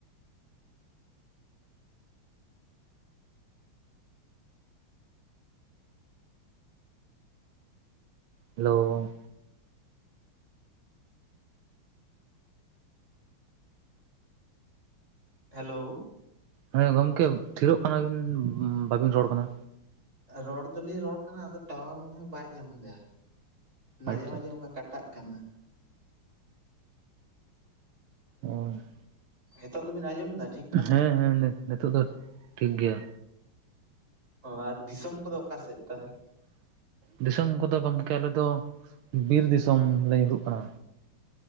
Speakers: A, on the right; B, on the right.
A: ᱦᱮᱞᱳ
B: ᱦᱮᱞᱳ
A: ᱦᱮᱸ ᱜᱚᱝᱠᱮ ᱛᱷᱤᱨᱚᱜ ᱠᱟᱱᱟᱵᱤᱱ ᱵᱟᱵᱤᱱ ᱨᱚᱲ ᱠᱟᱱᱟ᱾
B: ᱨᱚᱲ ᱫᱚᱞᱤᱧ ᱨᱚᱲ ᱠᱟᱱᱟ ᱟᱫᱚ ᱴᱟᱣᱟᱨ ᱢᱟᱱᱮ ᱵᱟᱭ ᱧᱟᱢ ᱫᱟ, ᱢᱟᱡᱷᱮ-ᱢᱟᱡᱷᱮ
A: ᱟᱪᱪᱷᱟ ᱟᱪᱪᱷᱟ
B: ᱚᱱᱠᱟ ᱠᱟᱴᱟᱜ ᱠᱟᱱᱟ᱾
A: ᱟᱨ <inaudible>
B: ᱦᱮᱸᱛᱚᱜ ᱫᱚᱵᱤᱱ ᱟᱸᱡᱚᱢ ᱫᱟ ᱴᱷᱤᱠ, ᱴᱷᱟᱠ
A: ᱦᱮᱸ-ᱦᱮᱸ ᱱᱤᱛᱚᱜ ᱫᱚ ᱴᱷᱤᱠ ᱜᱮᱭᱟ᱾
B: ᱚ ᱟᱨ ᱫᱤᱥᱚᱢ ᱠᱚᱫᱚ ᱚᱠᱟ ᱥᱮᱫᱽ ᱛᱟᱦᱚᱞᱮ᱾
A: ᱫᱤᱥᱚᱢ ᱠᱚᱫᱚ ᱜᱚᱢᱠᱮ ᱟᱞᱮ ᱫᱚ, ᱵᱤᱨ ᱫᱤᱥᱚᱢ ᱞᱮ ᱧᱩᱨᱩᱜ ᱠᱟᱱᱟ᱾